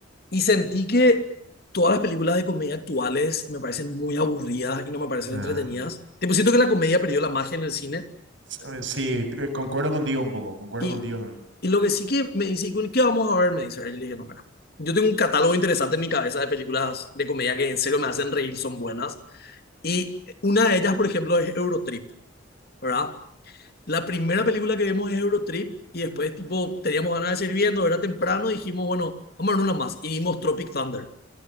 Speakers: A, on the left (about 50°); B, on the right (about 70°).
A: Y sentí que todas las películas de comedia actuales me parecen muy aburridas y no me parecen
B: Ah,
A: entretenidas. Tipo, siento que la comedia perdió la magia en el cine.
B: s- eh, sí, eh, concuerdo contigo un poco, concuerdo
A: Y,
B: contigo también.
A: y lo que sí que me dice, "¿Y ¿qué vamos a ver? Me dice, y yo le dije, no, mira, yo tengo un catálogo interesante en mi cabeza de películas de comedia que en serio me hacen reír, son buenas. Y una de ellas, por ejemplo, es Eurotrip. ¿verdad? La primera película que vemos es Eurotrip y después, tipo, teníamos ganas de seguir viendo, era temprano, y dijimos, bueno, vamos a ver una más y vimos Tropic Thunder.